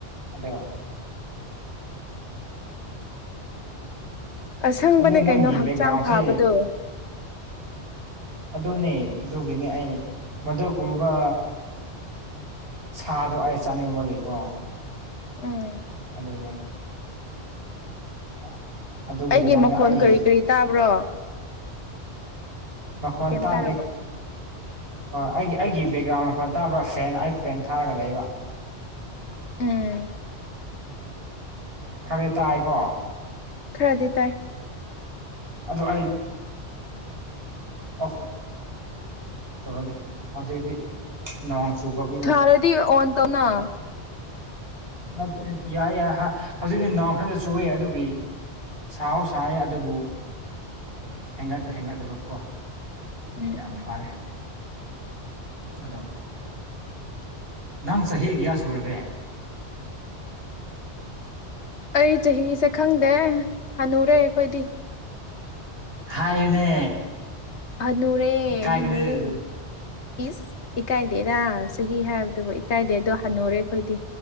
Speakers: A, on the right; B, on the left.
A: ꯑꯗꯣ
B: ꯑꯁꯪꯕꯅꯦ
A: ꯑꯗꯨ ꯅꯪꯒꯤ
B: ꯀꯩꯅꯣ ꯍꯛꯆꯥꯡ
A: ꯕꯦꯛꯒ꯭ꯔꯥꯎꯟꯁꯦ
B: ꯐꯥꯕꯗꯣ
A: ꯑꯗꯨꯅꯦ ꯑꯗꯨꯒꯤꯅꯦ ꯑꯩ ꯃꯗꯨꯀꯨꯝꯕ ꯁꯥꯗꯣ ꯑꯩ ꯆꯥꯅꯤꯡꯕꯒꯤꯀꯣ
B: ꯎꯝ
A: ꯑꯗꯨꯅꯦ <inaudible>
B: ꯑꯩꯒꯤ ꯃꯈꯣꯟ
A: ꯑꯩ
B: ꯀꯔꯤ ꯀꯔꯤ ꯇꯥꯕ꯭ꯔꯣ
A: ꯃꯈꯣꯟ
B: ꯀꯩꯝ
A: ꯇꯥꯗꯦ
B: ꯇꯥꯔꯝꯃꯣꯏ
A: ꯍꯣꯏ ꯑꯩꯒꯤ ꯑꯩꯒꯤ ꯕꯦꯛꯒ꯭ꯔꯥꯎꯟ ꯃꯈꯣꯟ ꯇꯥꯕ꯭ꯔꯥ ꯐꯦꯟ ꯑꯩ ꯐꯦꯟ ꯊꯥꯔꯒꯥ ꯂꯩꯕ
B: ꯎꯝ
A: ꯈꯥꯔꯦ ꯇꯥꯏꯀꯣ
B: ꯈꯔꯥꯗꯤ ꯇꯥꯏ
A: ꯑꯗꯨ ꯑꯩ <unintelligible> ꯇꯧꯔꯒꯦ ꯍꯧꯖꯤꯛꯗꯤ ꯅꯣꯡ ꯆꯨꯕꯒꯤ
B: ꯊꯔꯗꯤ ꯑꯣꯟ ꯇꯧꯅ
A: ꯅꯠꯇꯦ ꯌꯥꯏ ꯌꯥꯏ ꯍꯧꯖꯤꯛꯇꯤ ꯅꯣꯡ ꯈꯔ ꯈꯔ ꯆꯨꯋꯦ ꯑꯗꯨꯒꯤ ꯁꯥꯎ ꯁꯥꯏ ꯑꯗꯨꯕꯨ ꯍꯦꯟꯒꯠ ꯍꯦꯟꯒꯠꯇꯕꯀꯣ
B: ꯎꯝ
A: ꯌꯥꯝ
B: ꯎꯝ
A: ꯐꯔꯦ ꯑꯗꯣ ꯅꯪ ꯆꯍꯤ ꯒꯌꯥ ꯁꯨꯔꯒꯦ
B: ꯑꯩ ꯆꯍꯤꯁꯦ ꯈꯪꯗꯦ ꯍꯥꯟꯅꯨꯔꯦ ꯑꯩꯈꯣꯏꯗꯤ
A: ꯍꯥꯏꯌꯨꯅꯦ
B: ꯍꯥꯅꯨꯔꯦ
A: ꯏꯀꯥꯏꯒꯅꯨ
B: ꯍꯥꯅꯨꯔꯦ ꯏꯁ ꯏꯀꯥꯏꯗꯦꯔ ꯆꯍꯤ ꯍꯥꯏꯕꯗꯨꯕꯨ ꯏꯀꯥꯏꯗꯦ ꯑꯗꯣ ꯍꯟꯅꯨꯔꯦ ꯑꯩꯈꯣꯏꯗꯤ